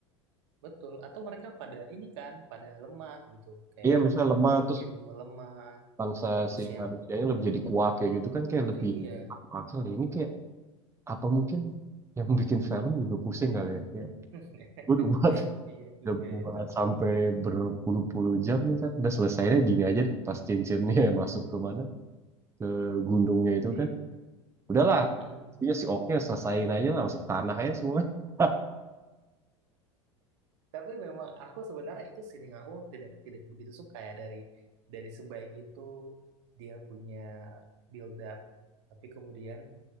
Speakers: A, on the right (about 65°); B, on the right (about 15°).
A: Betul. Atau mereka pada ini kan, pada lemah gitu. Kayak
B: iya misalnya lemah
A: makin
B: terus
A: melemah.
B: bangsa
A: Terus
B: si
A: yang,
B: manusianya lebih jadi kuat kayak gitu kan kayak lebih
A: iya.
B: masuk akal ya. Ini kayak apa mungkin yang bikin film juga pusing kali ya. Kayak
A: <laughs>
B: gue udah buat
A: Iya juga
B: udah buat
A: itu.
B: sampai berpuluh-puluh jam nih kan. Udah selesainya gini aja deh. Pas cincinnya <laughs> masuk ke mana? Ke gunungnya itu
A: Iya,
B: kan.
A: iya.
B: Udahlah.
A: Mm-mm.
B: Iya si oknya selesaiin aja lah masuk tanah aja semua. <laughs>
A: Tapi memang aku sebenarnya itu scene yang aku tidak tidak begitu suka ya dari dari sebaik itu dia punya build up tapi kemudian